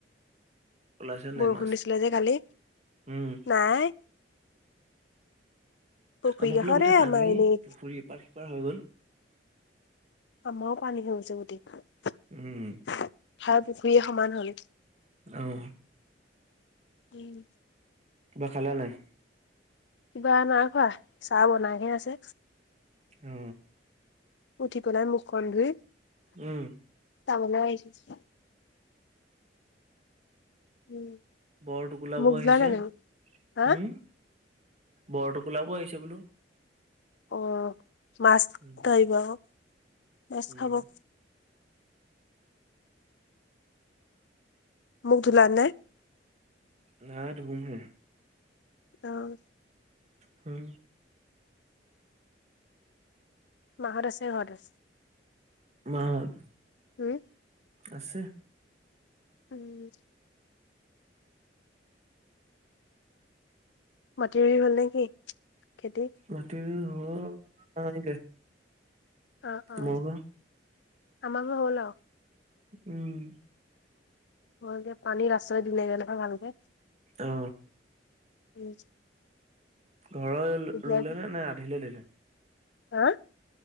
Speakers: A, on the right (about 40°); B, on the left (about 70°).
A: ওলাইছে নাই
B: বৰষুণ
A: মাছ?
B: দিছিলে যে কালি,
A: উম
B: নাই পুখুৰী
A: আমফালে
B: কাষতে
A: গোটেই পানী,
B: আমাৰ এনেই
A: পুখুৰী ইপাৰ সিপাৰ হৈ গ'ল।
B: আমৰো পানী হৈ গৈছে গোটেই।
A: উম।
B: পথাৰ পুখুৰীয়ে সমান হ'ল।
A: অঁ।
B: ওম
A: কিবা খালা নাই?
B: কিবা নাই খোৱা, চাহ বনাইহে আছে।
A: অ
B: উঠি পেলাই মুখখন ধুই
A: উম।
B: চাবলে আহি থৈছো উম।
A: বৰটোকোলা
B: মুখ
A: বোৰ আহিছে,
B: ধুলা নাই তুমি হা
A: উম বৰটোকোলা বোৰ আহিছে বোলো।
B: অ, মাছ
A: উম
B: ধৰব আক, মাছ
A: উম
B: খাব। মুখ ধুলা নে?
A: নাই ধুম হে।
B: অহ।
A: হুম
B: মাঁহত আছে ঘৰতে?
A: মাঁহত
B: ওম।
A: আছে।
B: উম। মাটি ৰুই হ'ল নেকি খেতি?
A: মাটি ৰুই হ'ল তাহানিতে।
B: অ', অ',
A: তোমালোকৰ?
B: আমাৰ বোৰ হ'ল আও
A: উম।
B: হলগে, পানী লাষ্টটে দিলে গে নহয় ভালকে।
A: অ।
B: উম
A: ঘৰৰ
B: এতিয়া
A: ৰুলে নে, নে আধিলে দিলে?
B: হা?